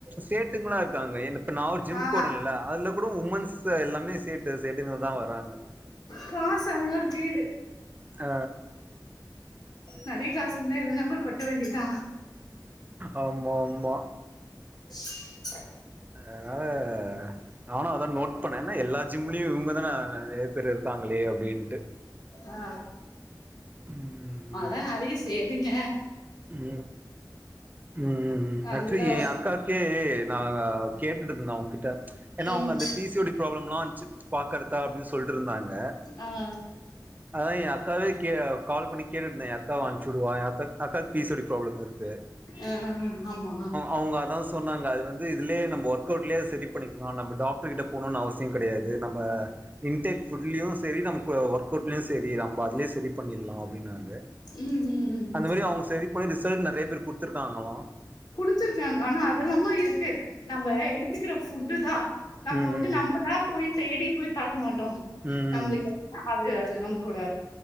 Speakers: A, on the right; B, on the left.
A: சேட்டுங்களா இருக்காங்க என்ப் இப்ப நா ஒரு ஜிம்
B: ஆ
A: போறேன்ல அதுல கூட உமன்ஸ் எல்லாமே சேட்டு சேட்டுங்கதா வராங்க
B: காசு அவ்ளே இருக்கு
A: அ
B: நெறய காசு இருந்தா எதனா போய் கொட்ட வேண்டியத்தா
A: ஆமா ஆமா
B: ச <inaudible>
A: அத்னால அ நானு அததா நோட் பண்ணே என்னா எல்லா ஜிம்லயு இவுங்கதான நறைய போர் இருப்பாங்களே அப்டின்ட்டு
B: ஆ
A: ம்
B: அத்தாங்க அதையு சேரிங்க
A: ம் ம் ம் ம்
B: நல்லா
A: ஆச்சுவ்லி எ அக்காக்கு நா கேட்டுட் இருந்த அவுங்கிட்ட எனா
B: ம்
A: அவுங்க அந்த பி சு ஒடிய ப்ராப்ளம்லா சிப்ட் பாக்குறதா அப்டி சொல்ட்ருந்தாங்க
B: அ ஆ
A: அதா எ அக்காவே கே கால் பண்ணி கேட்டுட்டு இருந்த எ அக்காவ அனுப்சுடுவா எ அக்காக் அக்காக் பி சோடி ப்ராப்ளம் இருக்கு
B: ம் ஆமா
A: அவங்க அதா சொன்னாங்க அது வந்து இதுலயே நம்ம ஒர்க் அவுட்லயே அது சரி பண்ணிக்லா நம்ம டாக்ட்ருகிட்ட போணுன் அவசியோ கடையாது நம்ம இன்டேக் ஃபுட்லியு சேரி நமக்கு ஒர்க் அவுட்லயு சேரி நம்ம அதுலயே செரி பண்ணிட்லா அப்டின்னாங்க
B: ம் ம் ம்
A: அந்தமாரி அவுங்க செரி பண்ணி ரிசெல்ட் நறைய பேர்க் குடுத்துருக்காங்களா
B: குடுத்துருக்காங்க ஆனா அதெல்லாம இருக்கு நம்ம எடுத்துக்குற ஃபுட்டுதா நம்ம
A: ம்
B: வந்து நம்மளா போய் தேடி போய் பாக்க மாட்டோ
A: ம்
B: நம்ளுக்கு அது அது நம்மளோட